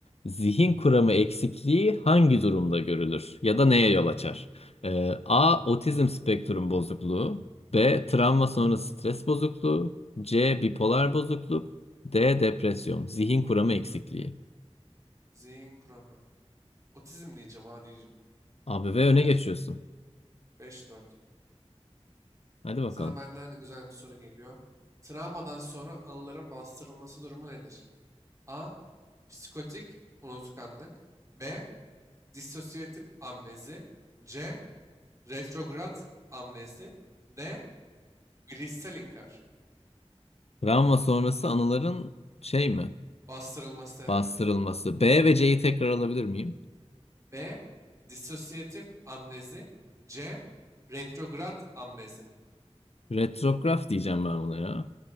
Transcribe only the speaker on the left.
Zihin kuramı eksikliği hangi durumda görülür ya da neye yol açar? Ee, A. Otizm spektrum bozukluğu. B. Travma sonrası stres bozukluğu. C. Bipolar bozukluk. D. Depresyon. Zihin kuramı eksikliği.
Abi ve öne geçiyorsun.
Hadi bakalım.
Travma sonrası anıların şey mi?
Bastırılması. B ve C'yi tekrar alabilir miyim?
Retrograf diyeceğim ben buna ya.